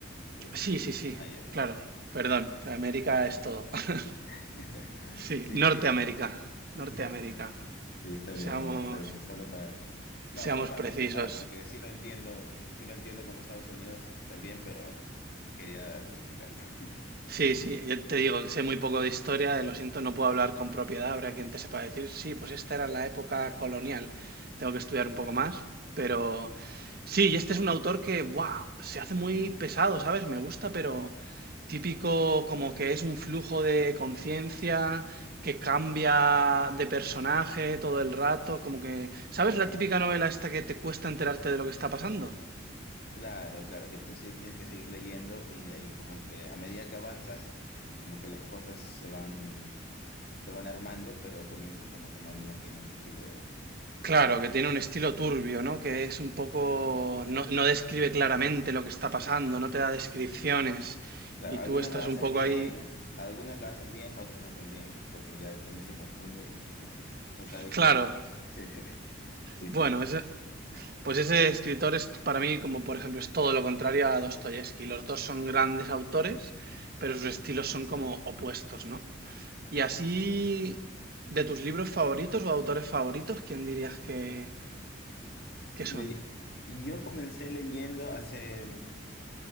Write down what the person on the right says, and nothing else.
Sí, sí, sí,
claro,
perdón, América es todo. <laughs>
Sí,
Norteamérica,
Norteamérica,
seamos,
seamos
precisos.
Sí, sí, yo te digo que sé muy poco de historia, eh, lo siento, no puedo hablar con propiedad, habrá quien te sepa decir, sí, pues esta era la época colonial, tengo que estudiar un
poco más, pero sí, y este es un autor que, ¡buah!, se hace muy pesado, ¿sabes? Me gusta, pero típico como que es un flujo de conciencia, que cambia de personaje todo el rato, como que, ¿sabes la típica novela esta que te cuesta enterarte de lo que está pasando?
Claro, que tiene un estilo turbio, ¿no? Que es un poco,
no, no describe claramente lo que está pasando, no te da descripciones
y tú
estás
un poco
ahí.
Claro,
bueno,
ese- pues ese escritor es para mí como, por ejemplo, es todo lo contrario a Dostoyevsky. Los dos son grandes autores, pero sus estilos son como opuestos, ¿no? Y así, de tus libros favoritos o autores favoritos, ¿quién dirías que, que
son?